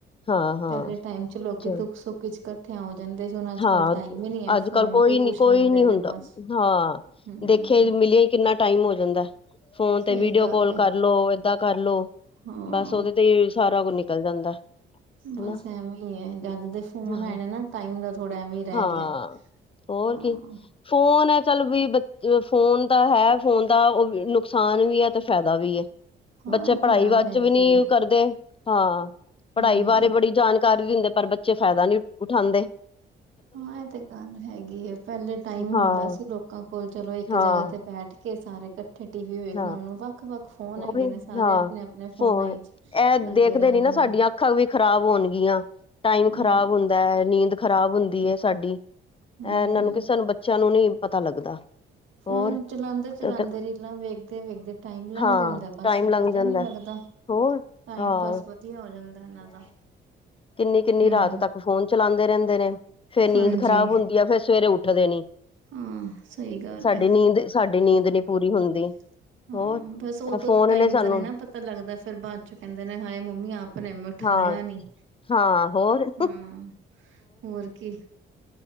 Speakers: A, on the left (about 25°); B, on the right (about 75°).
A: ਹਾਂ-ਹਾਂ
B: ਪਹਿਲੇ ਟਾਈਮ 'ਚ ਲੋਕੀ
A: ਚਲ
B: ਦੁੱਖ-ਸੁੱਖ ਵਿਚ ਕੱਠਿਆ ਹੋ ਜਾਂਦੇ। ਹੁਣ ਅੱਜ-ਕੱਲ
A: ਹਾਂ
B: ਟਾਈਮ ਈ ਨਈ ਐ,
A: ਅੱਜ-ਕੱਲ
B: ਫੋਨ
A: ਕੋਈ
B: ਤੇ ਈ
A: ਨੀ
B: ਪੁੱਛ
A: ਕੋਈ
B: ਲੈਂਦੇ
A: ਨੀ
B: ਨੇ
A: ਹੁੰਦਾ
B: ਬਸ।
A: ਹਾਂ
B: ਹਮ
A: ਦੇਖਿਆ ਈ, ਮਿਲਿਆ ਈ ਕਿੰਨਾ ਟਾਈਮ ਹੋ ਜਾਂਦਾ, ਫੋਨ ਤੇ
B: ਸਹੀ
A: ਵੀਡੀਓ
B: ਗੱਲ
A: ਕੋਅਲ
B: ਹੈ
A: ਕਰਲੋ। ਏਦਾਂ ਕਰਲੋ,
B: ਹਾਂ
A: ਬਸ ਉਹਦੇ ਤੇ ਈ ਸਾਰਾ ਕੁਝ ਨਿਕਲ ਜਾਂਦਾ।
B: ਬਸ
A: ਹਨਾ
B: ਐਵੀ ਐ, ਜਦ ਦੇ ਫੋਨ
A: ਹਾਂ
B: ਆਣਾ ਨਾ। ਟਾਈਮ ਦਾ ਥੋੜ੍ਹਾ, ਐਵੀ ਰਹਿ
A: ਹਾਂ,
B: ਗਿਆ,
A: ਹੋਰ
B: ਹਾਂ।
A: ਕੀ ਫੋਨ ਐ, ਚੱਲ ਵੀ ਬ ਫੋਨ ਦਾ ਹੈ ਫੋਨ, ਦਾ ਉਹ ਨੁਕਸਾਨ ਵੀ ਐ ਤੇ ਫਾਇਦਾ ਵੀ ਏ।
B: ਹਾਂ
A: ਬੱਚੇ
B: ਇਹ
A: ਪੜ੍ਹਾਈ
B: ਤੇ ਗੱਲ
A: ਵਚ
B: ਹੈਗੀ
A: ਵੀ ਨਈ
B: ਹੈ
A: ਕਰਦੇ। ਹਾਂ, ਪੜ੍ਹਾਈ
B: ਹਮ
A: ਬਾਰੇ ਬੜੀ ਜਾਣਕਾਰੀ ਦਿੰਦੇ, ਪਰ ਬੱਚੇ ਫਾਇਦਾ ਨੀ ਉਠਾਂਦੇ।
B: ਹਾਂ, ਇਹ ਤੇ ਗੱਲ ਹੈਗੀ ਏ, ਪਹਿਲੇ ਟਾਈਮ ਹੁੰਦਾ
A: ਹਾਂ
B: ਸੀ। ਲੋਕਾਂ ਕੋਲ ਚਲੋ ਇੱਕ
A: ਹਾਂ
B: ਜਗ੍ਹਾ ਤੇ ਬੈਠ ਕੇ ਸਾਰੇ ਕੱਠ ਫੇਰ ਟੀ ਵੀ ਵੇਖਣਾ,
A: ਹਾਂ
B: ਹੁਣ ਵੱਖ-ਵੱਖ ਫੋਨ ਹੈਗੇ
A: ਉਹੀ
B: ਨੇ, ਸਾਰੇ
A: ਹਾਂ
B: ਆਪਣੇ-ਆਪਣੇ ਫੋਨਾਂ
A: ਫੋਨ
B: ਵਿਚ
A: ਇਹ
B: ਲੱਗੇ
A: ਦੇਖਦੇ
B: ਰਹਿੰਦੇ
A: ਨੀ ਨਾ ਸਾਡੀਆਂ
B: ਨੇ।
A: ਅੱਖਾਂ ਵੀ, ਖ਼ਰਾਬ ਹੋਣਗੀਆਂ, ਟਾਈਮ
B: ਹਾਂ
A: ਖ਼ਰਾਬ ਹੁੰ ਨੀਂਦ ਖ਼ਰਾਬ ਹੁੰਦੀ ਏ ਸਾਡੀ,
B: ਹਮ
A: ਇਹ ਇਹਨਾਂ ਨੂੰ ਕਿ ਸਾਨੂੰ ਬੱਚਿਆਂ ਨੂੰ ਨੀ ਪਤਾ ਲੱਗਦਾ।
B: ਫੋਨ
A: ਹੋਰ
B: ਚਲਾਂਦੇ-ਚਲਾਂਦੇ
A: ਤੇ ਤੇ
B: ਰੀਲਾਂ ਵੇਖਦੇ-ਵੇਖਦੇ ਟਾਈਮ ਲੰਘ
A: ਹਾਂ
B: ਜਾਂਦਾ, ਬਸ
A: ਟਾਈਮ
B: ਫੇਰ
A: ਲੰਘ
B: ਪਤਾ
A: ਜਾਂਦਾ
B: ਈ ਨਈ ਲੱਗਦਾ।
A: ਹੋਰ
B: ਟਾਈਮ
A: ਹਾਂ
B: ਪਾਸ ਵਧੀਆ ਹੋ ਜਾਂਦਾ ਇਹਨਾਂ ਦਾ।
A: ਕਿੰਨੀ-ਕਿੰਨੀ
B: ਹਮ
A: ਰਾਤ ਤੱਕ ਫੋਨ ਚਲਾਂਦੇ ਰਹਿੰਦੇ ਨੇ, ਫੇਰ ਨੀਂਦ
B: ਹਾਂਜੀ
A: ਖਰਾਬ ਹੁੰਦੀ ਆ। ਫੇਰ ਸਵੇਰੇ ਉੱਠਦੇ ਨੀ।
B: ਹਾਂ। ਸਈ ਗੱਲ ਏ।
A: ਬੀ ਨੀਦ, ਸਾਡੀ ਨੀਂਦ ਨੀ ਪੂਰੀ ਹੁੰਦੀ।
B: <inaudible>
A: ਹੋਰ।
B: ਬਸ ਉਦੋਂ
A: ਫੋਨ
B: ਤਾਂ ਟਾਈਮ
A: ਨੇ ਸਾਨੂੰ
B: ਤਾਂ ਨੀ ਨਾ ਪਤਾ ਲੱਗਦਾ। ਫੇਰ ਬਾਅਦ 'ਚ ਕਹਿੰਦੇ ਨੇ ਹਾਏ ਮੰਮੀ ਆਪ ਨੇੈਂ ਉਠਾਇਆ
A: ਹਾਂ
B: ਨੀ।
A: ਹਾਂ ਹੋਰ
B: ਹੂੰ। ਹੋਰ ਕੀ